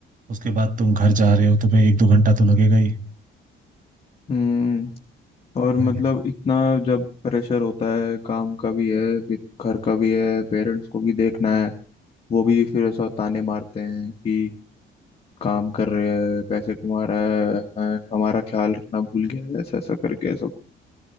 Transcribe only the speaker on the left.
हम्म और मतलब
इतना जब प्रेशर होता है काम का भी है फिर घर का भी है पेरेंट्स को भी देखना है वो भी फिर ऐसा ताने मारते हैं कि काम कर रहे हैं पैसे कमा रहा है हैं, हमारा ख्याल रखना भूल गया है ऐसा ऐसा करके सब